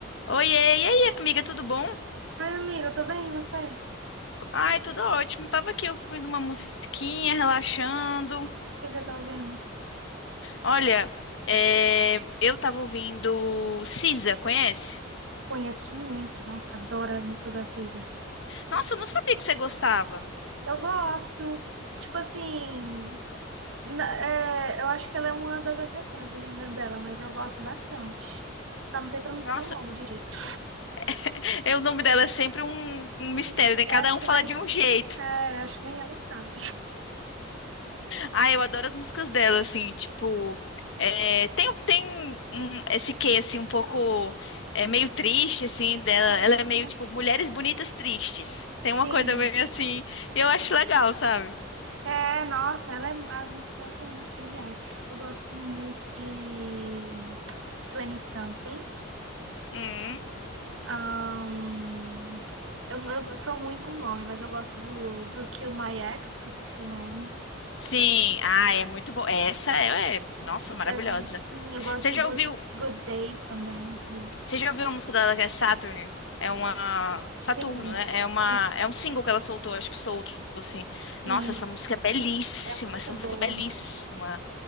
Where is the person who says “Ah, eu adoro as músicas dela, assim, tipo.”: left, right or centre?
Left